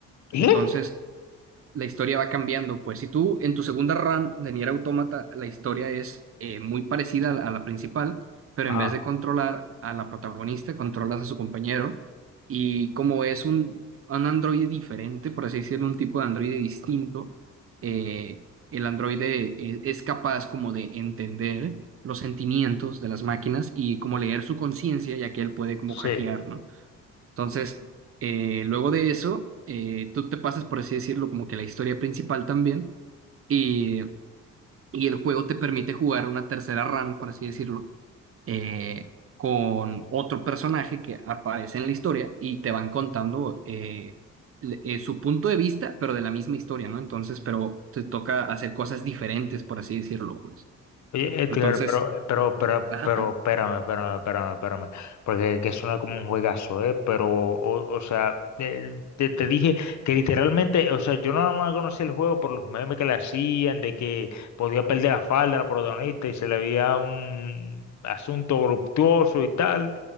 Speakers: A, on the left (about 65°); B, on the right (about 45°).
A: ¿Qué?
B: Entonces, la historia va cambiando. Pues si tú en tu segunda run de Nier Automata, la historia es eh, muy parecida a la, a la principal, pero
A: Ajá,
B: en vez de controlar a la protagonista, controlas a su compañero. Y como es un, un androide diferente, por así decirlo, un tipo de androide distinto, eh, el androide eh, es capaz como de entender los sentimientos de las máquinas y como leer su conciencia, ya que él puede como
A: sí.
B: hackear, ¿no? Entonces, eh, luego de eso, eh, tú te pasas, por así decirlo, como que la historia principal también, y, y el juego te permite jugar una tercera run, por así decirlo, eh, con otro personaje que aparece en la historia y te van contando eh, le- eh, su punto de vista, pero de la misma historia, ¿no? Entonces, pero te toca hacer cosas diferentes, por así decirlo, pues.
A: Oye, Edgar,
B: Entonces,
A: pero, pero, pero,
B: ajá,
A: pero, espérame, espérame, espérame, espérame, porque que suena como un juegazo, ¿eh? Pero, o, o sea, el- te, te dije que literalmente, o sea, yo no, más conocía el juego por los memes que le hacían, de que podía perder la falda a la protagonista y se le veía un asunto voluptuoso y tal,